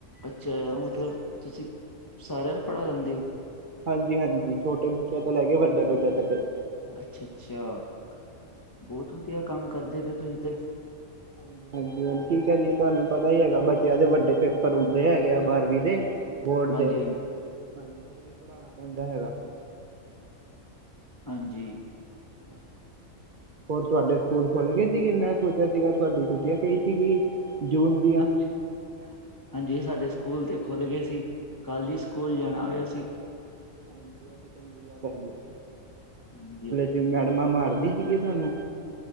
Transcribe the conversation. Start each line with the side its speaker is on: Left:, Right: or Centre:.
Left: ਅੱਛਾ। ਓ ਮਤਲਬ ਤੁਸੀਂ ਸਾਰਿਆਂ ਨੂੰ ਪੜਾ ਲੈਂਦੇ ਓ।
Right: ਹਾਂਜੀ, ਹਾਂਜੀ। ਛੋਟੇ ਬੱਚਿਆਂ ਤੋਂ ਲੈ ਕੇ ਵੱਡੇ ਬੱਚਿਆਂ ਤੱਕਰ।
Left: ਅੱਛਾ, ਅੱਛਾ ਬੋਤ ਵਧੀਆ ਕੰਮ ਕਰਦੇ ਪੇ ਤੁੂੰਹੀ ਤੇ
Right: ਹਾਂਜੀ, ਹਾਂਜੀ ਕੀ ਕਰੀਏ! ਤੁਹਾਨੂੰ ਪਤਾ ਹੀ ਹੈਗਾ ਬੱਚਿਆਂ ਦੇ ਵੱਡੇ ਪੇਪਰ ਹੁੰਦੇ ਹੈਗੇ ਆ ਬਾਰਵੀਂ ਦੇ ਬੋਰਡ
Left: ਹਾਂਜੀ
Right: ਦੇ
Left: ਹਾਂਜੀ
Right: ਹਾਂਜੀ ਤੇ ਫੇਰ ਪੜਾਣਾ ਪੈਂਦਾ ਹੈਗਾ।
Left: ਹਾਂਜੀ।
Right: ਹਾਂ। ਹੋਰ ਤੁਹਾਡੇ ਸਕੂਲ ਖੁੱਲ ਗੇ ਸੀਗੇ। ਮੈਂ ਸੋਚਿਆ ਸੀਗਾ ਤੁਹਾਡੀ ਛੁੱਟੀਆਂ ਪਈ ਸੀਗੀ। ਜੂਨ ਦੀ
Left: ਹਾਂਜੀ। ਹਾਂਜੀ, ਸਾਡੇ ਸਕੂਲ ਤੇ ਖੁੱਲ ਗੇ ਸੀ। ਕੱਲ ਈ ਸਕੂਲ ਜਾਣਾ ਹੋਇਆ ਸੀ।
Right: ਹਾਂਜੀ, ਆ ਤੇ ਚੰਡੀਗੜ ਹੈਗੀ ਆ।
Left: ਹਾਂਜੀ।
Right: ਤੇ ਮੈਡਮਾਂ ਮਾਰਦੀ ਸੀਗੀ ਸਾਨੂੰ